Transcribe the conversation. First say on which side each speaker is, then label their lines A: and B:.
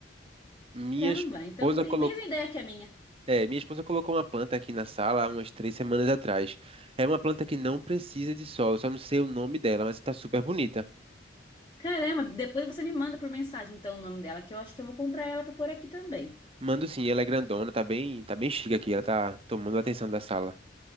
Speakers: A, on the right (about 30°); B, on the left (about 25°).
A: Minha
B: Caramba,
A: esposa
B: então você tem
A: colocou,
B: a mesma ideia que a minha.
A: é, minha esposa colocou uma planta aqui na sala há umas três semanas atrás. É uma planta que não precisa de sol, eu só não sei o nome dela, mas está super bonita.
B: Caramba, depois você me manda por mensagem, então, o nome dela, que eu acho que eu vou comprar ela para pôr aqui também.
A: Mando sim, ela é grandona, tá bem, tá bem chique aqui, ela tá tomando a atenção da sala.